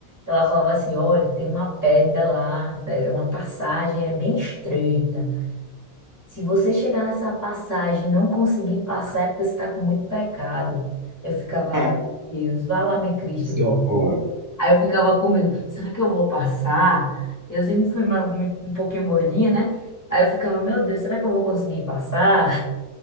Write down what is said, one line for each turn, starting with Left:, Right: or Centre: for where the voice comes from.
Left: Ela falava assim: olha, tem uma pedra lá, é uma passagem, ela é bem estreita. Se você chegar nessa passagem e não conseguir passar, é porque você está com muito pecado. Eu ficava,
Right: Ah,
Left: meu Deus, vai lá, meu Cristo,
Right: Isso
Left: vó.
Right: é boa.
Left: Aí eu ficava com medo: será que eu vou passar? Eu sempre fui ma- muito- um pouquinho gordinha, né? Aí eu ficava, meu Deus, será que eu vou conseguir passar?